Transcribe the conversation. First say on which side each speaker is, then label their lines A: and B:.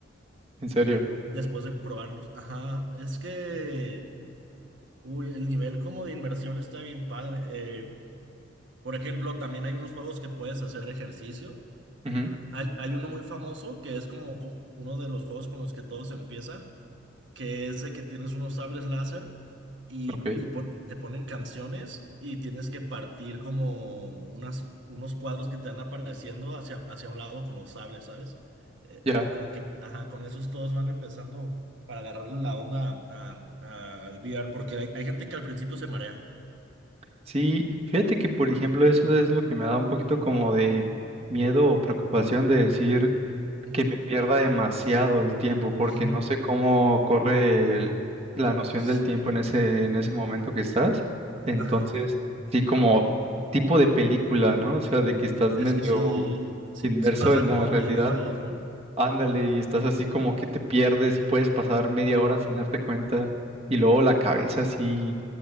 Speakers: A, on the right; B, on the right.
A: En serio.
B: después de probarlos. Ajá, es que, uy, el nivel como de inmersión está bien padre. Eh, por ejemplo, también hay unos juegos que puedes hacer ejercicio.
A: Ujú,
B: Hay, hay uno muy famoso que es como co- uno de los juegos con los que todos empiezan que es de que tienes unos sables láser y,
A: Ok,
B: y pon- te ponen canciones y tienes que partir como unas, unos cuadros que te van apareciendo hacia, hacia un lado con los sables, ¿sabes? Eh,
A: ya.
B: eh, como que, ajá, con esos todos van empezando para agarrarle la onda a- a- al VR, porque hay, hay gente que al principio se marea.
A: Sí, fíjate que por ejemplo eso es lo que me da un poquito como de miedo o preocupación de decir
B: Ujú.
A: que me pierda demasiado el tiempo porque
B: <laughs>
A: no sé cómo corre el- la noción
B: Sí,
A: del tiempo en ese en ese momento que estás. Entonces,
B: ajá.
A: sí como tipo de película, ¿no? O sea, de que estás
B: Es
A: medio
B: que sí, sí,
A: inmerso
B: sí pasa
A: en
B: con
A: la
B: los
A: realidad.
B: videojuegos, ¿no?
A: Ándale, y estás así como que te pierdes y puedes pasar media hora sin darte cuenta y luego la cabeza así,